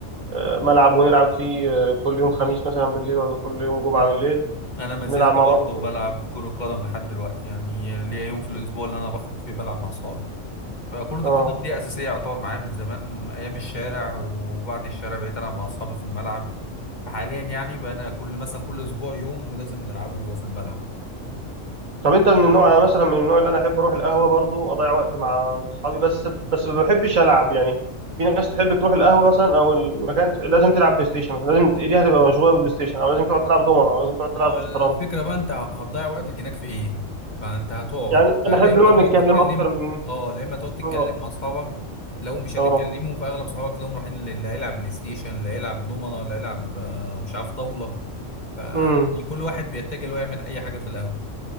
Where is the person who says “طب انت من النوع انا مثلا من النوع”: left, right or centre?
Right